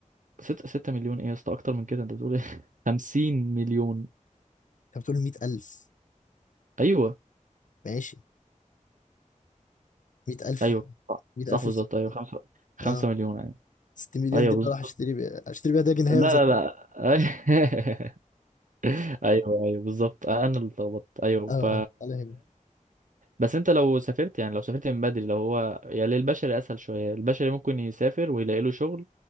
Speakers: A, on the right; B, on the left.
A: ست ستة مليون إيه يا اسطى أكتر من كده أنت بتقول إيه <laughs> خمسين مليون
B: انت بتقول 100000
A: أيوه
B: ماشي 100000
A: أيوه صح
B: 100000
A: صح
B: في
A: بالظبط
B: سنة.
A: أيوه خمسة خمسة
B: اه
A: مليون أيوه
B: 6 مليون
A: أيوه
B: دي
A: بز...
B: انا راح اشتري بيها اشتري بيها داجن هامز
A: لا
B: اه
A: لا لا <laughs> أيوه أيوه بالظبط أنا اللي اتلخبطت أيوه
B: اه
A: ف
B: على هنا
A: بس انت لو سافرت يعني لو سافرت من بدري لو هو يعني البشري اسهل شويه البشري ممكن يسافر ويلاقي له شغل